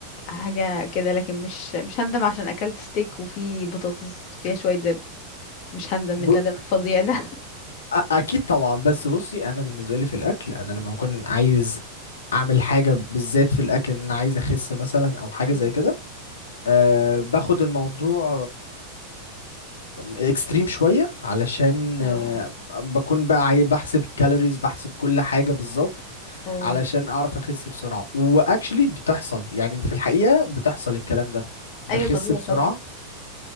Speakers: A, on the left; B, on the left.
A: حاجه كده لكن مش مش هندم عشان اكلت ستيك وفي بطاطس فيها شويه زبده مش هندم
B: ب...
A: من الندم الفظيع ده
B: أ- اكيد طبعا بس بصي انا بالنسبه لي في الاكل انا لما بكون عايز اعمل حاجه بالذات في الاكل ان انا عايز اخس مثلا او حاجه
A: <laughs> مم.
B: زي كده أه باخد الموضوع اكستريم شوية علشان
A: اه
B: أه بكون بقى عاي- بحسب الكالوريز بحسب كل حاجة بالظبط
A: اه
B: علشان اعرف اخس بسرعة واكشلي بتحصل يعني في الحقيقة بتحصل الكلام ده بخس
A: ايوه طبيعي
B: بسرعة
A: طبعا